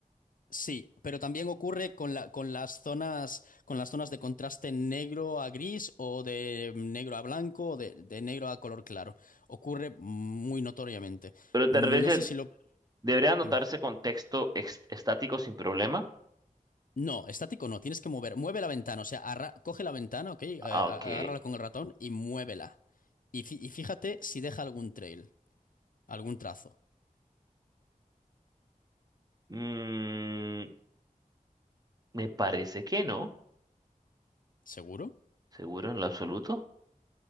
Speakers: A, on the left; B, on the right.
A: Sí, pero también ocurre con la, con las zonas, con las zonas de contraste negro a gris o de negro a blanco o de, de negro a color claro. Ocurre muy notoriamente.
B: pero
A: No
B: te refieres
A: sé si
B: que
A: lo...
B: debería anotarse
A: Dime.
B: con texto ex- estático sin problema.
A: No, estático no, tienes que mover. Mueve la ventana, o sea, arra- coge la ventana, ¿ok? Eh, a-
B: Ah, Ok.
A: agárrala con el ratón y muévela. Y, fi- y fíjate si deja algún trail, algún trazo.
B: Mm, me parece que no,
A: ¿Seguro?
B: seguro en lo absoluto.